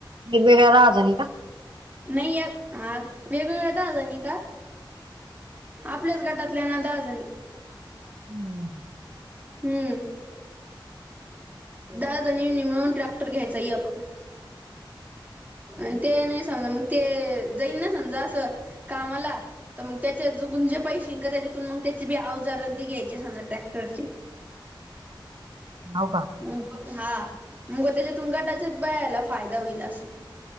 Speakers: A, on the right; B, on the right.
A: वेरवेेगळ्या बाजूंनी का?
B: नाई या आग वेगवेगळ्या दहा जणी का? आपल्याच गटातल्या ना दहा जणी.
A: हम्म.
B: हम्म. दहा जणीनी मिळून ट्रॅक्टर घ्यायचा यक. आणि ते नाय समजा मग ते जाईन ना समजा असं कामाला. तर मग त्याच्या चुकून जे पैसे येईल का त्याच्यातून मग त्याची बी आवजार अन् ती घ्यायची समजा ट्रॅक्टरची.
A: हाव का?
B: मग हा मग त्याच्यातून गटाच्याय बायांला फायदा होईल असं.